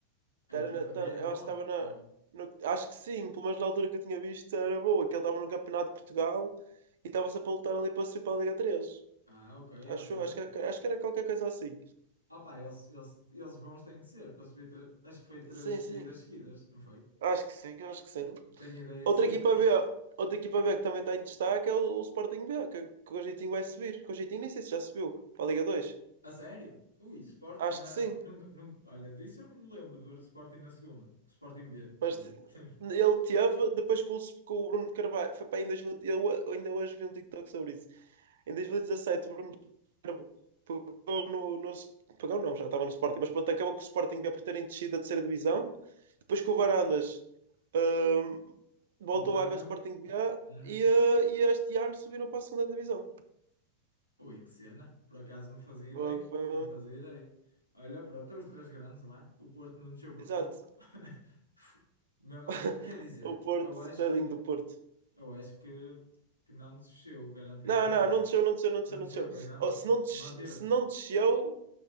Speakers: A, on the right; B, on the left.
A: Tá,
B: A
A: Era
B: equipa
A: na- tá-
B: B é
A: eu
B: boa?
A: acho que estava na.
B: Ah,
A: no- acho que sim, pelo menos na altura que eu tinha visto era boa, que ele estava no Campeonato de Portugal e estava-se a lutar ali para subir para a Liga três
B: ah, ok,
A: Acho,
B: ok.
A: acho que, era- acho que era qualquer coisa assim.
B: Opa, eles, eles, eles bons têm que ser para subir. tre- Acho que foi três
A: Sim,
B: subidas
A: sim.
B: seguidas, não foi?
A: Acho que sim, acho que sim.
B: Te- Tenho ideia
A: Outra
B: que sim.
A: equipa B, outra equipa B que também está em destaque é o, o Sporting B, que, que o Jeitinho vai subir. Que o Jeitinho nem sei se já subiu para a Liga dois
B: A sério? Ui, Sporting
A: Acho
B: na.
A: que sim.
B: Nunca, nunca. Olha, disso eu não me lembro de ver o Sporting na segunda. Sporting B,
A: Mas
B: não
A: te-
B: é? <laughs>
A: ele teve, depois que o, que o Bruno de Carvalho, foi para aí em 2000 eu a- ainda hoje vi um TikTok sobre isso. Em 2017, o Bruno de Carvalho pegou no, no- Pegou não, já estava no Sporting, mas pronto, acabou que o Sporting B por terem descido da terceira divisão Depois que o Varandas hum, voltou
B: Voltaram.
A: à B Sporting B A
B: Uhum.
A: e, eh, e este ano subiram para a segunda divisão.
B: Ui, que cena. Por acaso não fazia ideia.
A: Foi- foi
B: Não fazia ideia. Olha, pronto, estão os três grandes lá. O Porto não desceu por
A: exato.
B: pouco. <laughs> Mesmo a-
A: <laughs>
B: Quer dizer,
A: O Porto,
B: eu acho
A: tadinho
B: que ainda.
A: do Porto.
B: Eu acho que, que não desceu, garantidamente.
A: Não, não, não desceu, não desceu, não desceu,
B: Não
A: não
B: desceu,
A: desceu.
B: pois não?
A: Ou se
B: Ma-
A: não, des-
B: Manteve-se.
A: se não desceu,